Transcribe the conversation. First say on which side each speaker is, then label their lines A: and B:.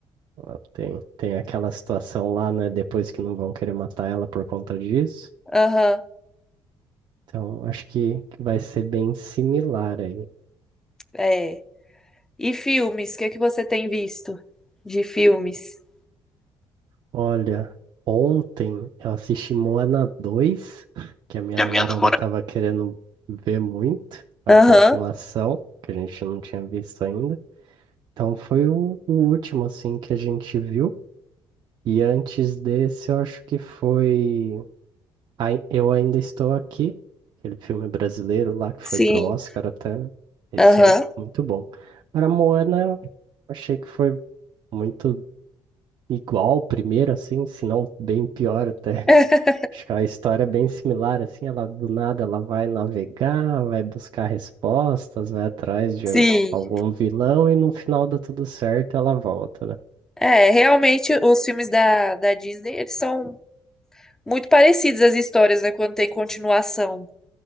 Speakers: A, on the right; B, in the centre.
A: ó, tem, tem aquela situação lá, né? Depois que não vão querer matar ela por conta disso.
B: aham,
A: Então acho que, que vai ser bem similar aí.
B: é. E filmes? O que é que você tem visto de filmes?
A: Olha, ontem eu assisti Moana dois, que a minha
B: que
A: namorada
B: é a minha namorada.
A: tava querendo ver muito, a
B: Aham,
A: continuação, que a gente não tinha visto ainda. Então foi o, o último, assim, que a gente viu. E antes desse, eu acho que foi Ai- Eu Ainda Estou Aqui, aquele filme brasileiro lá que
B: sim,
A: foi pro Oscar até, né? Esse
B: aham,
A: é muito bom. Agora, Moana, eu achei que foi muito igual ao primeiro, assim, se não bem pior até.
B: <laughs>
A: Acho que é uma história bem similar, assim, ela do nada ela vai navegar, vai buscar respostas, vai atrás de
B: sim.
A: algum vilão e no final dá tudo certo, ela volta, né?
B: É, realmente os filmes da, da Disney, eles são muito parecidos as histórias, né? Quando tem continuação.